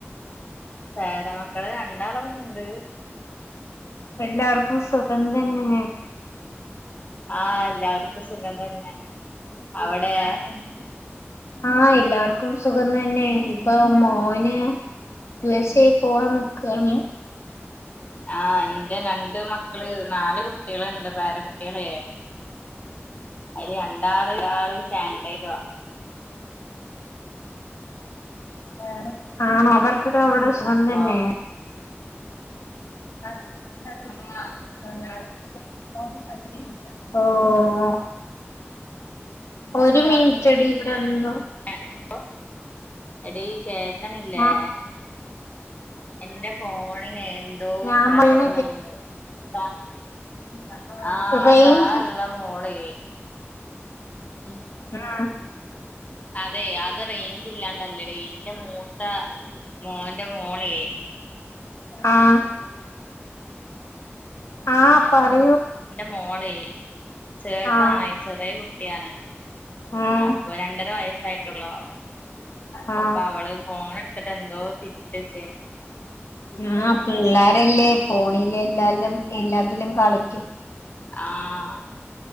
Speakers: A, on the left; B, on the left.
A: പേര മക്കള് രണ്ടാളോവിടെ ഇണ്ട്.
B: എല്ലാർക്കും സുഖം തന്നെ.
A: ആഹ് എല്ലാർക്കും സുഖം തന്നെ.
B: <unintelligible>
A: അവിടെ
B: ആ എല്ലാർക്കും സുഖം തന്നെ ഇപ്പം മോന് യു എസ് എ പോവാ നോക്കാണ്.
A: ആ ഇന്റെ രണ്ട് മക്കള് നാല് കുട്ടികള്ണ്ട് പേര കുട്ടികളേ. അയില് രണ്ടാള് ആള് കാനഡയിലുആ.
B: ആണ് ആണോ അവർ? ഇക്കക്കവ്ടെ സുഖന്
A: അപ്പൊ
B: തന്നെ. ആഹ് ന്നെ <unintelligible> ഓാ... ഒരു മിനറ്റെടി വ്‌ടെന്തോ.
A: എ ഒ എടീ കേക്കണില്ലേ?
B: ആഹ്
A: എൻ്റെ ഫോണിന് എന്തോ
B: ഞാൻ
A: പ്രശ്നൊണ്ട്
B: പറയണ
A: താ.
B: കേക്കുന്നുണ്ടോ
A: ആഹ
B: റേഞ്ച്
A: താഴുള്ള മോളേ ഉം
B: ആ
A: അതെ അത് റേയ്ഞ്ച് ഇല്ലാണ്ടല്ലടീ. ൻ്റെ മൂത്ത മോൻ്റെ മോളേ
B: ആഹ ആഹ പറയൂ.
A: മോളേ ചെറുതാണെ
B: ആ
A: ചെറിയ കുട്ടിയാണ്
B: ഉം
A: അപ്പൊ രണ്ടര വയസായി ട്ടൊള്ളൂ
B: ആ
A: അപ്പാ അവള് ഫോണെടുത്തിട്ട് എന്തോ തിരുത്തിച്ചേണ്.
B: ആഹ് പിള്ളാരല്ലേ പോണില്ലാലും എല്ലാത്തിലും കളിക്കും.
A: ആഹ